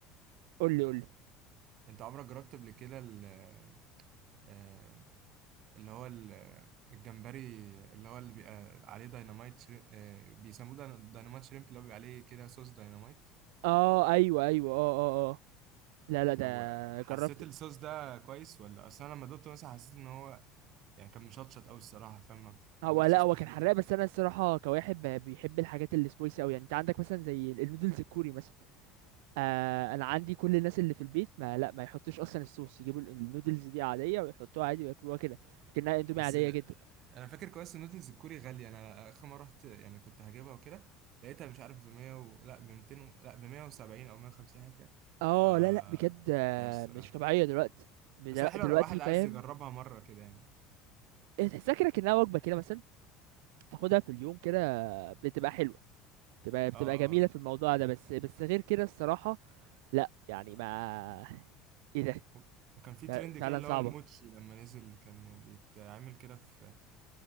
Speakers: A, on the right; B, on the right.
A: قولي قولي
B: انت عمرك جربت قبل كده ال- آه، اللي هو ال- الجمبري اللي هو اللي بيبقى عليه دايناميت شري... آه، بيسموه داين- دايناميت شريمب اللي هو بيبقى عليه كده صوص دايناميت
A: أه أيوه أيوه أه أه أه لا لا ده
B: طب و- حسيت
A: جربت
B: الصوص ده كويس ولا اصل انا لما دقته مثلا حسيت ان هو يعني كان مشطشط قوي الصراحه فاهم ما ما
A: هو
B: قدرتش
A: لا
B: استحمل
A: هو كان حراق بس أنا الصراحة كواحد ب- بيحب الحاجات السبايسي أوي يعني أنت عندك مثلا زي النودلز الكوري مثلا آه انا عندي كل الناس اللي في البيت ما لا ما يحطوش اصلا الصوص يجيبوا ال- النودلز دي عاديه ويحطوها عادي وياكلوها كده لكنها اندومي
B: بس
A: عاديه
B: آه،
A: جدا
B: انا فاكر كويس إن النودلز الكوري غاليه انا اخر مره رحت يعني كنت هجيبها وكده لقيتها مش عارف ب 100 و... لا ب 200 و... لا ب 170 او 150 حاجه كده.
A: اه
B: ف
A: لا لا بجد آه،
B: جبتهاش الصراحه
A: مش طبيعيه دلوقتي بدل-
B: بس هي حلوه
A: دلوقتي
B: لو واحد عايز
A: فاهم
B: يجربها مره كده يعني
A: إيه، تحسها كده كانها وجبه كده مثلا تاخدها في اليوم كده بتبقى حلوه بتبقى بتبقى
B: اه اه
A: جميله في الموضوع ده بس بس غير كده الصراحه لا يعني ما ايه ده
B: و- وكان في
A: ف-
B: ترند كده
A: فعلا
B: اللي
A: صعبه
B: هو الموتشي لما نزل كان بيتعمل كده في